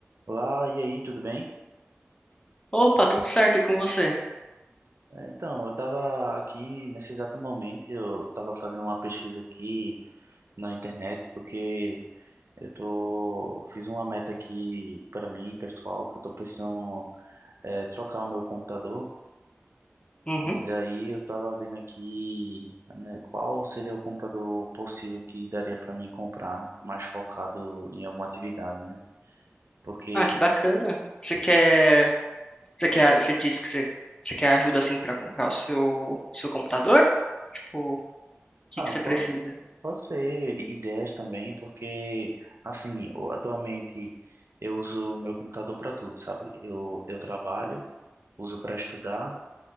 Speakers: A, on the right (about 75°); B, on the left (about 20°).
A: Olá, e aí, tudo bem?
B: Opa, tudo certo e com você?
A: É, Então, eu estava aqui nesse exato momento, eu estava fazendo uma pesquisa aqui na internet, porque eu tô, eu fiz uma meta aqui para mim, pessoal, que eu estou precisando é, trocar o meu computador,
B: Uhum.
A: e daí eu estava vendo aqui, né, qual seria o computador possível que daria para mim comprar, mais focado em alguma atividade, né? Porque,
B: Ah, que bacana. Você quer, você quer, você disse que você, você quer ajuda assim pra comprar o seu, seu computador? Tipo, o que
A: ah,
B: que você
A: pô,
B: precisa?
A: Pode ser ideias também, porque, assim, o- atualmente eu uso o meu computador para tudo, sabe? Eu, eu trabalho, uso para estudar,